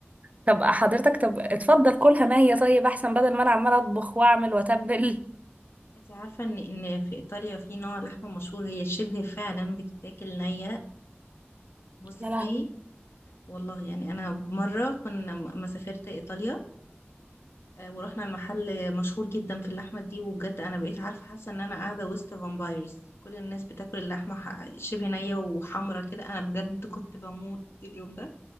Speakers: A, on the right; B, on the left.
A: طب حضرتك طب اتفضل كلها ما هي طيب احسن بدل ما انا عمالة اطبخ واعمل واتبل
B: <laughs> انت عارفة ان ان في ايطاليا في نوع لحمة مشهور هي شبه فعلا بتتاكل نية بصي
A: يا لهوي
B: والله يعني انا مرة كنا م- ما سافرت ايطاليا آه، ورحنا المحل مشهور جدا في اللحمة دي وبجد انا بقيت عارفة حاسة ان انا قاعدة وسط فامبايرز كل الناس بتاكل اللحمة ح- شبه نية وحمرة كده انا بجد كنت بموت اليوم ده